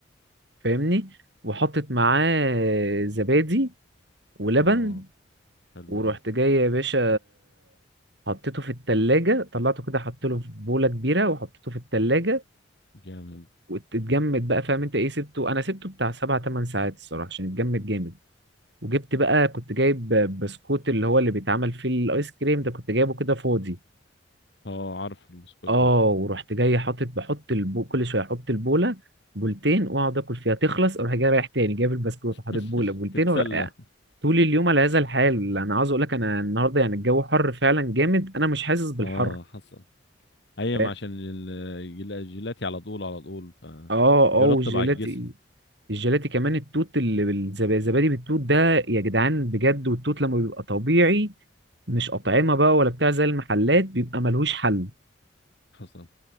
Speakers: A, on the right; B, on the left.
A: فاهمني وحطيت معاه زبادي ولبن
B: أه حلو
A: ورحت
B: ده
A: جاي يا باشا حطيته في التلاجة طلعته كده حطيته في بولة كبيرة وحطيته في التلاجة
B: جامد
A: واتجمد بقى فاهم انت ايه سبته انا سبته بتاع سبع تمن ساعات الصراحة عشان اتجمد جامد وجبت بقى كنت جايب بسكوت اللي هو اللي بيتعمل فيه الايس كريم ده كنت جايبه كده فاضي
B: أه عارف البسكوت
A: اه
B: ده
A: ورحت جاي حاطط بحط البو كل شويه احط البوله بولتين واقعد اكل فيها تخلص اروح جاي رايح تاني جايب البسكوت وحاطط
B: <laughs>
A: بوله بولتين
B: تتسلى
A: ورقع طول اليوم على هذا الحال انا عاوز اقول لك انا النهارده يعني الجو حر فعلا جامد انا مش حاسس بالحر
B: أه حصل أيام
A: فاهم؟
B: عشان ال- الجيلا- الجيلاتي على طول على طول ف
A: اه اه
B: بيرطب
A: والجيلاتي
B: على الجسم
A: الجيلاتي كمان التوت اللي بالزب- الزبادي بالتوت ده يا جدعان بجد والتوت لما بيبقى طبيعي مش أطعمة بقى ولا بتاع زي المحلات بيبقى ملهوش حل
B: حصل